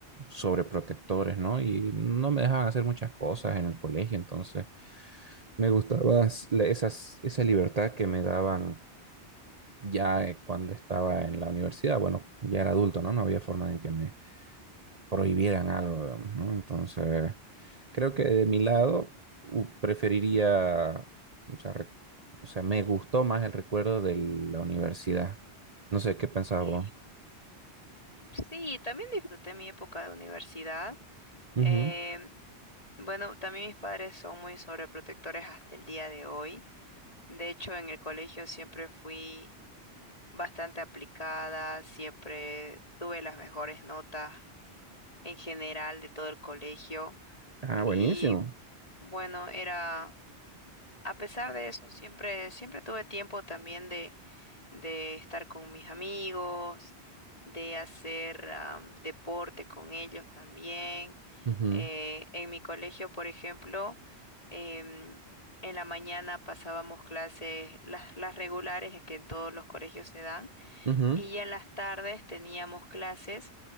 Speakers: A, on the right; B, on the left.
A: sobreprotectores, ¿no? Y no me dejaban hacer muchas cosas en el colegio, entonces me gustaba s- la- esas, esa libertad que me daban ya eh, cuando estaba en la universidad. Bueno, ya era adulto, ¿no? No había forma en que me prohibieran algo, digamos, ¿no? Entonces, creo que de mi lado u- preferiría, o sea, re- o sea, me gustó más el recuerdo de la universidad. No sé qué pensás
B: Sí.
A: vos.
B: Sí, también disfruté mi época de universidad.
A: Ujú.
B: Eh, bueno, también mis padres son muy sobreprotectores hasta el día de hoy. De hecho, en el colegio siempre fui bastante aplicada, siempre tuve las mejores notas en general de todo el colegio.
A: Ah, buenísimo.
B: Y bueno, era, a pesar de eso, siempre, siempre tuve tiempo también de, de estar con mis amigos, de hacer am, deporte con ellos también.
A: Ujú,
B: Eh, en mi colegio, por ejemplo, em, en la mañana pasábamos clases, las, las regulares que en todos los colegios se dan,
A: ujú.
B: y ya en las tardes teníamos clases